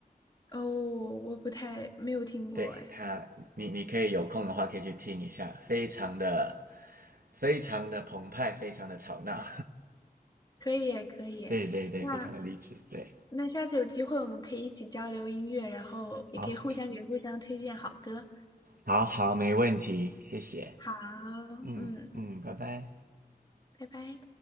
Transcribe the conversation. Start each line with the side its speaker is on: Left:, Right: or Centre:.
Left: 哦，我不太，没有听过，
Right: 对他，
Left: 诶，
Right: 你你可以有空的话可以去听一下，非常的非常的澎湃，非常的吵闹，
Left: 可以耶，可以耶。
Right: <laughs> 对对对，
Left: 那
Right: 非常的励志，对，
Left: 那下次有机会我们可以一起交流音乐，然后也可以互相给互相推荐好歌。
Right: 好，好好，没问题，谢谢，
Left: 好，
Right: 嗯嗯，
Left: 嗯，
Right: 拜拜。
Left: 拜拜。